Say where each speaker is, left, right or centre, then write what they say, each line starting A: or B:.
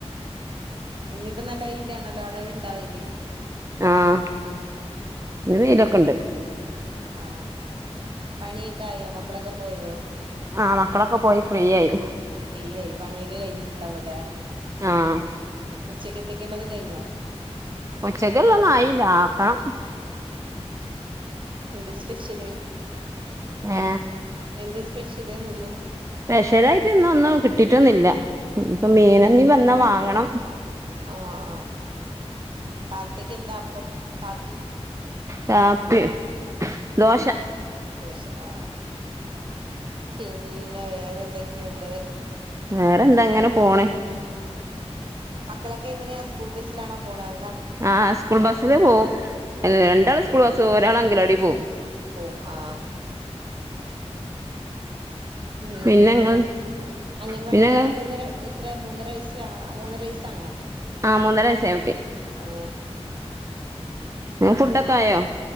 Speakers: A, on the right; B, on the right.
A: ഇന്ന് യിപ്പ നല്ല വെയിലാണല്ലോ അടവി ഇണ്ടാവെയില്
B: ആഹ് വെയിലൊക്കെ ഉണ്ട്
A: ആ പണിയൊക്കെ ആയോ മക്കളൊക്കെ പോയോ
B: ആഹ് മക്കളൊക്കെ പോയി ഫ്രീയായി
A: ഫ്രീയ പണിയൊക്കെ കഴിഞ്ഞിട്ടുണ്ടാവല്ലെ
B: ആഹ്
A: ഉച്ചക്ക് ത്തേക്ക് ഉുള്ളതും കഴിഞ്ഞോ
B: ഉച്ചക്കല്ലന്നും ആയില്ല ആക്കണം
A: എന്താണ് സ്പെഷ്യൽ
B: ഏ
A: എന്താ സ്പെഷ്യല് ഇന്ന്
B: സ്പെഷ്യലായിട്ട് ഇന്നൊന്നും കിട്ടിട്ടൊന്നില്ല ഇപ്പൊ മീന്
A: ആഹ്
B: എന്തെങ്കിലും വന്നാ വാങ്ങണം
A: ആഹ് കാലത്തേക്ക് എന്താ അപ്പം കാപ്പി
B: കാപ്പി ദോശ
A: ദോശ ആ പിന്നെ വേറെ എന്തൊക്കെയുണ്ട്
B: വേറെന്തായങ്ങനെ പോണേ
A: മക്കളൊക്കെയെങ്ങനെയാ സ്കൂൾ ബസ്സിലാണോ പോണേത്
B: ആ.. സ്കൂൾ ബസ്സിലു പോവും. രണ്ടാള് സ്കൂൾ ബസിൽപോകും. ഒരാളംഗൻവാടിയിൽ പോകും
A: ഓ.. ആ പിന്നെ,
B: പിന്നെങ്ങൾ
A: അംഗൻവാടി
B: പിന്നെങ്ങൾ
A: പോന്ന മൂന്നര എത്രയാ മൂന്നരവയസ്, മൂന്നര വയസാണോ,
B: ആഹ് മൂന്നര വയസ്സായ
A: ആ..
B: ഫുഡൊക്കെയായോ